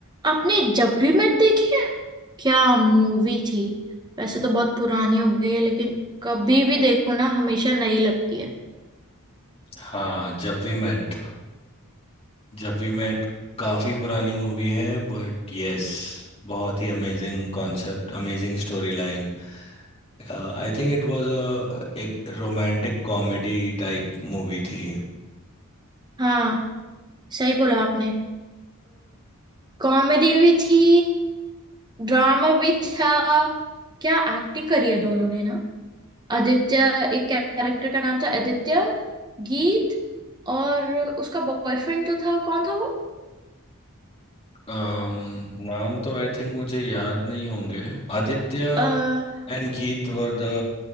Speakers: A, on the right; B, on the left.
A: आपने जब भी मैं देखी है क्या मूवी थी वैसे तो बहुत पुरानी हो गई है लेकिन कभी भी देखो ना हमेशा नई लगती है
B: हाँ Jab We Met Jab We Met काफी पुरानी मूवी है बट यस बहुत ही amazing concept amazing story line I think it was a एक रोमांटिक कॉमेडी टाइप मूवी थी
A: हाँ सही बोला आपने कॉमेडी भी थी ड्रामा भी था क्या एक्टिंग करी है दोनों ने ना आदित्य एक कैरेक्टर का नाम था आदित्य गीत और उसका बॉयफ्रेंड जो था कौन था
B: um, नाम तो आई थिंक मुझे याद नहीं होंगे Aditya
A: वो
B: and Geet were the